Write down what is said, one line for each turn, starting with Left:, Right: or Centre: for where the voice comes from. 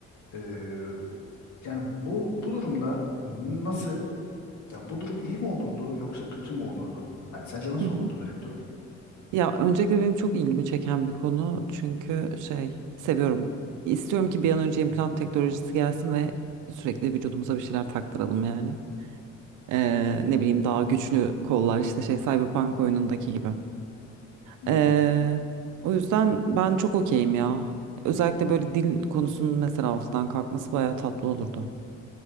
Left: Ee, yani bu bu durumda nasıl ya bu durum iyi mi olurdu yoksa kötü mü olurdu? Hani sence nasıl
Right: Hı hı.
Left: olurdu böyle bir durum?
Right: Ya öncelikle benim çok ilgimi çeken bir konu çünkü şey seviyorum. İstiyorum ki bir an önce implant teknolojisi gelsin ve sürekli vücudumuza bir şeyler taktıralım yani. Ee, ne bileyim daha güçlü kollar işte şey Cyberpunk oyunundaki gibi.
Left: Hmm.
Right: Ee, o yüzden ben çok okeyim ya. Özellikle böyle dil konusunun mesela ortadan kalkması bayağı tatlı olurdu.